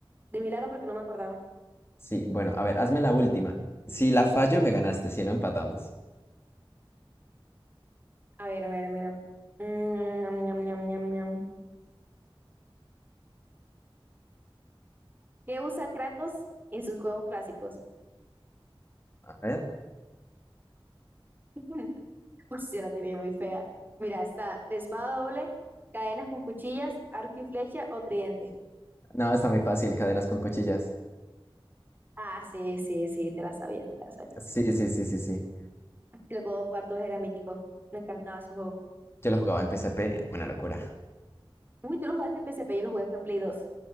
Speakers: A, on the right; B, on the left.
A: De milagro porque no me acordaba.
B: Sí, bueno, a ver, hazme la última. Si la fallo, me ganaste, si no empatamos.
A: A ver, a ver, mira. Mm, ñam, ñam, ñam, ñam, ñam. ¿Qué usa Kratos en sus juegos clásicos?
B: A ver.
A: <laughs> Uy, yo la tiré muy fea. Mira, está de espada doble, cadenas con cuchillas, arco y flecha o tridente.
B: No, está muy fácil, cadenas con cuchillas.
A: Ah, sí, sí, sí, te la sabías, te la sabías.
B: Sí, sí, sí, sí, sí.
A: El God of War 2 era mítico. Me encantaba ese juego.
B: Yo lo jugaba en PSP, una locura.
A: Uy, tú lo jugaste en PSP, yo lo jugué en Play dos.